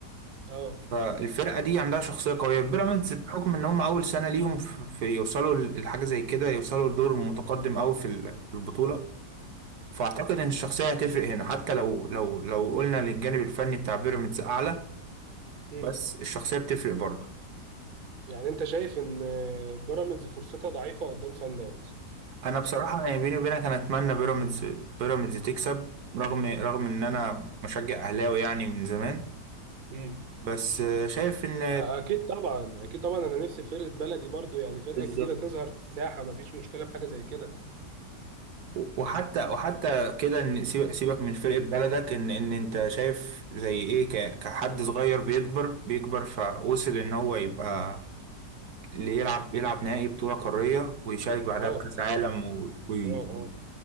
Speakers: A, on the right; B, on the right.
A: اه
B: فالفرقة دي عندها شخصية قوية بيراميدز بحكم ان هم اول سنة ليهم في في يوصلوا ل- لحاجة زي كده يوصلوا لدور متقدم قوي في ال- في البطولة فاعتقد ان الشخصية هتفرق هنا حتى لو لو لو قلنا للجانب الفني بتاع بيراميدز اعلى
A: امم
B: بس الشخصية بتفرق برضه
A: يعني انت شايف ان آه، بيراميدز فرصتها ضعيفه قدام سان داونز
B: انا بصراحة يعني بيني وبينك انا اتمنى بيراميدز بيراميدز تكسب رغم رغم ان انا مشجع اهلاوي يعني من زمان
A: امم
B: بس آه، شايف ان
A: اكيد طبعا اكيد طبعا انا نفسي فرقه بلدي برضو يعني فرقه
B: بيراميدز
A: جديده تظهر في الساحه ما فيش مشكله في حاجه زي كده
B: وحتى وحتى كده ان سيب- سيبك من فرقة بلدك ان ان انت شايف زي ايه ك- كحد صغير بيكبر بيكبر فوصل ان هو يبقى اللي يلعب يلعب نهائي بطولة قارية ويشارك بعدها
A: اه
B: بكأس عالم و- وي-
A: اه